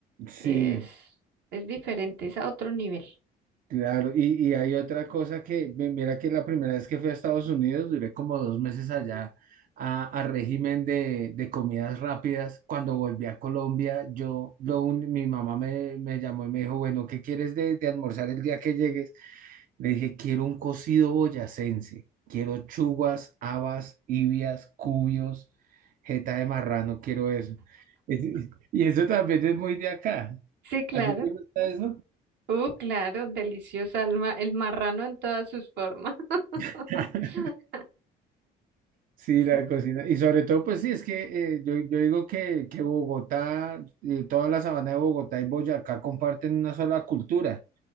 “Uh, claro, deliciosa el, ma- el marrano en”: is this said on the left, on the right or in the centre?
Right